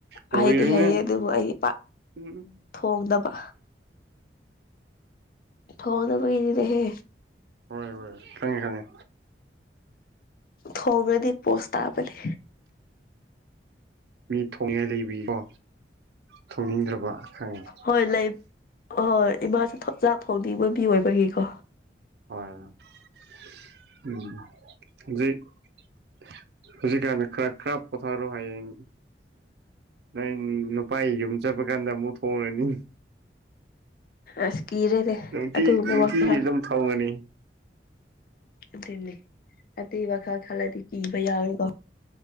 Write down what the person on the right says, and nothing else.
ꯑꯣꯏꯔꯣꯏꯅꯦ
ꯎꯝ
ꯍꯣꯏ ꯍꯣꯏꯣꯏ ꯈꯪꯉꯦ ꯈꯪꯉꯦ
ꯃꯤ ꯊꯣꯡꯉꯥꯏ ꯂꯩꯕꯒꯤꯀꯣ ꯊꯣꯡꯅꯤꯡꯗ꯭ꯔꯕ ꯈꯪꯉꯦ
ꯍꯣꯏ ꯎꯝ ꯍꯧꯖꯤꯛ ꯍꯧꯖꯤꯛ ꯀꯥꯟ ꯈꯔ ꯈꯔ ꯄꯥꯊꯥꯔꯣ ꯍꯌꯦꯡ ꯅꯪ ꯅꯨꯄꯥ ꯌꯨꯝ ꯆꯠꯄ ꯀꯥꯟꯗ ꯑꯃꯨꯛ ꯊꯣꯡꯉꯅꯤ
ꯅꯨꯡꯇꯤ
ꯅꯨꯡꯇꯤꯒꯤ
ꯑꯗꯨꯝ ꯊꯣꯡꯒꯅꯤ